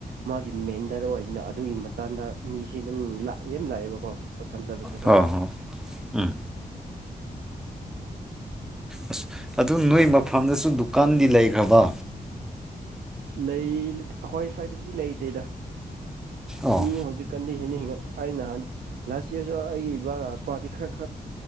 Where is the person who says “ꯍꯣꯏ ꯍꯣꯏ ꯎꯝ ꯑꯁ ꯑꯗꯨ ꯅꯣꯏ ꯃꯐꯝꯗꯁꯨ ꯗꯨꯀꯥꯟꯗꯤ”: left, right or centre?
Centre